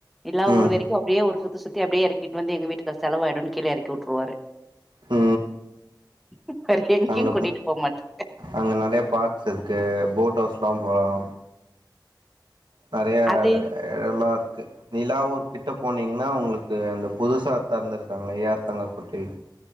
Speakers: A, in the centre; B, on the right.
A: எல்லா
B: ம்
A: ஊர் வரைக்கு அப்டியே ஒரு சுத்து சுத்தி அப்டியே எறக்கிட்டு வந்து எங்க வீட்டுக்காரு செலவாயிடுன்னு கீழ எறக்கி வுட்டுருவாரு
B: ம்
A: இப்பவரைக்கு எங்கயு
B: அங்க
A: கூட்டிட்டு போக மாட்டார்
B: அங்க நெறையா பார்க்ஸ் இருக்கு ஃபோட் ஹவுஸ்லா போலாம் நெறையா
A: அது
B: எடோல்லா இருக்கு நிலாவூர் கிட்ட போனீங்கன்னா உங்களுக்கு அந்த புதுசா தெறந்திருக்காங்கலையா ஏ ஆர் தங்கக்கோட்டை